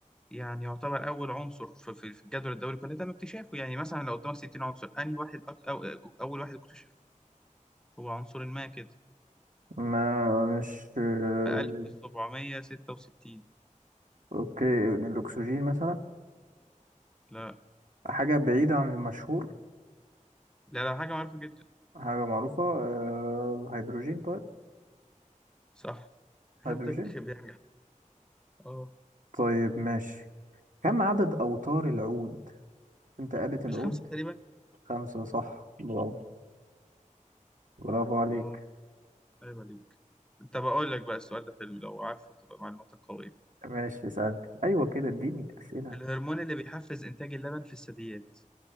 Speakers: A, in the centre; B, on the right (about 70°).
A: يعني يعتبر أول عنصر في في- في الجدول الدوري كله تم اكتشافه يعني مثلا لو قدامك 60 عنصر أنهي واحد أك... أو أو- أول واحد اكتشف هو عنصر ما كده
B: ما مش آه،
A: في 1766
B: أوكي يعني الأكسجين مثلا
A: لا
B: حاجة بعيدة عن المشهور
A: لا لا حاجة معروفة جدا
B: حاجة معروفة آه، هيدروجين طيب
A: صح هدك
B: هيدروجين
A: بينجح آه
B: طيب ماشي كم عدد أوتار العود؟ أنت قالت العود
A: مش خمسة تقريبا
B: خمسة صح برافو برافو عليك
A: آه أيوة عليك طب أقول لك بقى السؤال ده حلو لو عارفه تبقى معلوماتك قوية
B: ماشي سألت أيوة كده اديني أسئلة
A: الهرمون اللي بيحفز إنتاج اللبن في الثدييات